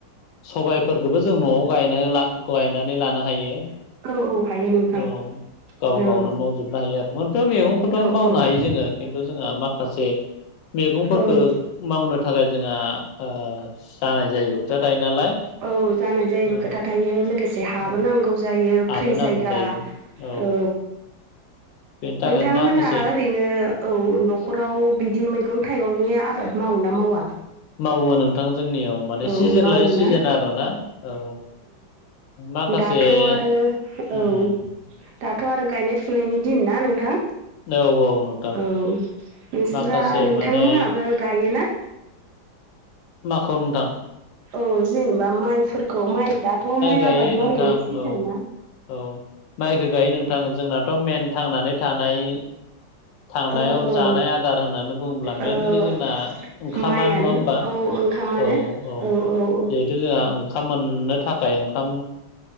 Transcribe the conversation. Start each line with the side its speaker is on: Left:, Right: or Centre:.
Left: सबायफोरखौबो जों न'आव गाय गायनानै लानो हायो
Right: औ औ हायो नोंथां
Left: औ गाव
Right: औ
Left: गावनो मावजोबनो हायो आरो मैगंखौथ'
Right: औ
Left: मावनो
Right: औ
Left: हायो जोङो खिन्थु जोंहा माखासे मैगंफोरखौ
Right: औ
Left: मावनो थाखाय जोंहा जानाय जायिबो खोथा थायो नालाय
Right: औ जानाय जायैबो
Left: औ
Right: खोथा थायो लोगोसे हाबो
Left: औ
Right: नांगौ जायो
Left: हाबो
Right: फ्रि
Left: नांगौ
Right: जायगा
Left: जायो
Right: औ
Left: बेनि थाखायनो
Right: नोंथांमोनहा
Left: माखासे
Right: ओरैनो औ न'खराव बिदि मैगं थाइगंनि आबाद मावो ना मावा
Left: मावो नोंथां जोंनियाव माने
Right: औ
Left: सिजोन
Right: मावोना
Left: लायै सिजोन आरो ना औ माखासे
Right: दाथ' आरो
Left: उम
Right: औ दाथ' आरो गायनाय फुनायनि दिन ना नोंथां
Left: औ औ नोंथां
Right: औ नोंस्रा
Left: माखासे
Right: नोंथांमोनाबो
Left: माने
Right: गायोना
Left: माखौ नोंथां
Right: औ जेनेबा माइफोरखौ माइ दाथ' माइ
Left: गायो
Right: आबाद मावनायनि
Left: नोंथां
Right: सिजोन
Left: औ
Right: ना
Left: औ माइखौ गायो नोंथां जोंनाथ' मेन थांनानै थानाय थांनायाव
Right: औ औ
Left: जानाय आदार होननानै बुङोब्ला
Right: औ
Left: मइेनलि जोंना ओंखामानो
Right: माइयानो
Left: नङा होमबा
Right: औ ओंखामानो
Left: औ औ
Right: औ औ
Left: जिहेथु जोंहा ओंखाम मोननो थाखाय ओंखाम